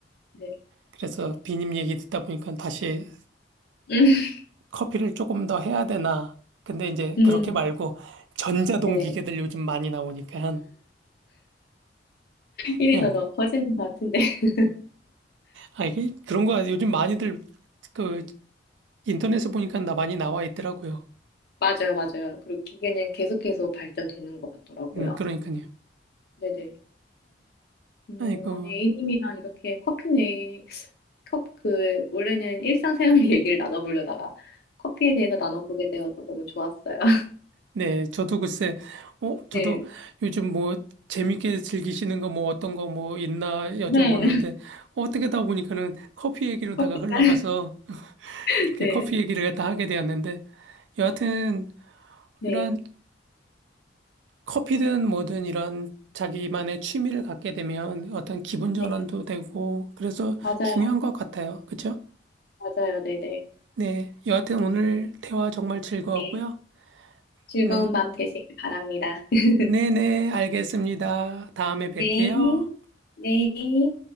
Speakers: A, on the left (about 60°); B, on the right (about 80°).
A: 네.
B: 그래서 비님 얘기 듣다 보니까 다시
A: 음, <laughs>
B: 커피를 조금 더 해야 되나. 근데 이제
A: 음,
B: 그렇게 말고 전자동
A: 네네.
B: 기계들 요즘 많이 나오니까
A: 일이
B: 그냥
A: 더 더 커지는 것 같은데. <laughs>
B: 아 이게 그런 거 요즘 많이들 그 인터넷에 보니까 나 많이 나와 있더라고요.
A: 맞아요, 맞아요. 그리고 기계는 계속해서 발전되는 것 같더라고요.
B: 음, 그러니까요.
A: 네네. 어,
B: 아이고,
A: 아니, A님이랑 이렇게 커피네, 컵, 그, 원래는 일상생활 <laughs> 얘기를 나눠보려다가 커피에 대해서 나눠보게 되어서 너무 좋았어요. <laughs>
B: 네, 저도 글쎄, 어, 저도
A: 네.
B: 요즘 뭐 재밌게 즐기시는 거 뭐 어떤 거 뭐 있나 여쭤보는데
A: 네.
B: 어떻게 다 보니까는 커피 얘기로다가
A: 커피가.
B: 흘러가서
A: <laughs>
B: 이렇게
A: 네,
B: 커피 얘기를 갖다 하게 되었는데 여하튼
A: 네,
B: 이런 커피든 뭐든 이런 자기만의 취미를 갖게 되면 어떤 기분
A: 네.
B: 전환도 되고 그래서
A: 맞아요.
B: 중요한 것 같아요. 그죠?
A: 맞아요. 네네.
B: 네, 여하튼 오늘 대화 정말 즐거웠고요.
A: 네. 즐거운
B: 네.
A: 밤 되시길 바랍니다. <laughs>
B: 네네, 알겠습니다. 다음에 뵐게요.
A: 네, 네.